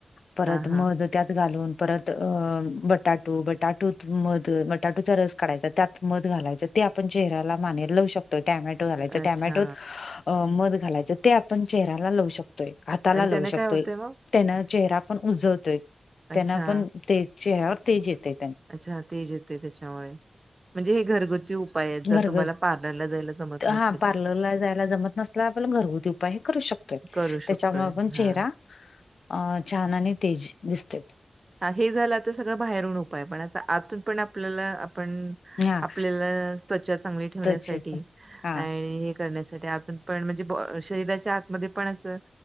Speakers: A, on the left; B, on the right.
A: परत
B: हा हा
A: मध त्यात घालून परत बटाटू बटाटु. बटाटुत मध बटाटूचा रस काढायचा त्यात मध घालायचं ते आपण चेहऱ्याला मानेला लावू शकतो. टोमॅटो घालायच
B: अच्छा
A: टॅमॅटोत मध घालायचं ते आपण चेहऱ्याला लावू शकतोय. शकतोय. हाताला
B: आणि
A: लावू
B: त्याने काय
A: शकतोय.
B: होतंय मग?
A: त्येन चेहरा पण उजळतोय
B: अच्छा
A: त्येन पण ते चेहऱ्यावर तेज येतेय.
B: अच्छा तेज येतय त्येच्यामुळे. म्हणजे हे घरगुती उपाय आहेत जर
A: घरगत
B: तुम्हाला पार्लरला जायला जमत नसल तर.
A: हा पार्लरला जायला जमत नसल आपण घरगुती उपाय हे करू शकतोय.
B: करू
A: त्याच्यामुळे
B: शकतोय
A: आपण
B: हा.
A: चेहरा अ छान आणि तेज दिसतोय.
B: हा हे झालं तर सगळं बाहेरून उपाय पण आता आतून पण आपल्याला आपण
A: हा
B: आपल्याला त्वचा चांगली ठेवण्यासाठी
A: त्वचेचा हा
B: आणि हे करण्यासाठी आतून पण म्हणजे शरीराच्या आतमध्ये पण असं